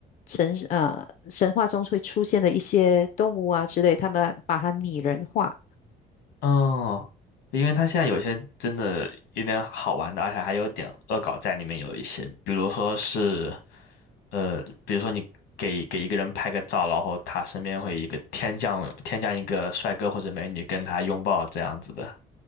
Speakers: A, on the left (about 50°); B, on the left (about 80°).
A: 神呃神话中会出现的一些动物啊之类，他们把它拟人化。
B: 哦，因为他现在有些真的有点好玩的，而且还有点恶搞在里面，有一些，比如说是呃，比如说你给给一个人拍个照，然后他身边会有一个天降天降一个帅哥或者美女跟他拥抱这样子的，